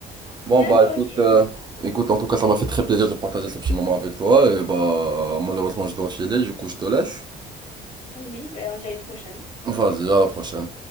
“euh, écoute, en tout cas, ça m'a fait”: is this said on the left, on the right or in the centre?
Right